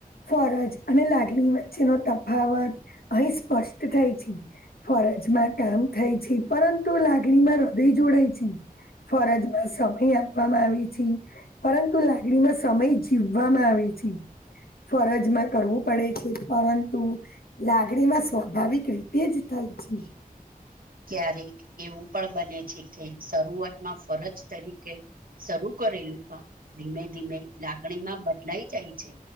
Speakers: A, on the left; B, on the right.
A: ફરજ અને લાગણી વચ્ચેનો તફાવત અહીં સ્પષ્ટ થાય છે. ફરજમાં કામ થાય છે પરંતુ લાગણીમાં હૃદય જોડાય છે ફરજમાં સમય આપવામાં આવે છે પરંતુ લાગણીમાં સમય જીવ જીવવામાં આવે છે ફરજમાં કરવું પડે છે પરંતુ લાગણી માં સ્વાભાવિક રીતે જ થાય છે.
B: ક્યારેક એવું પણ બને છે કે શરૂઆતમાં ફરજ તરીકે કે શરૂ કરેલું કામ ધીમે ધીમે લાગણીમાં બદલાઈ જાય છે.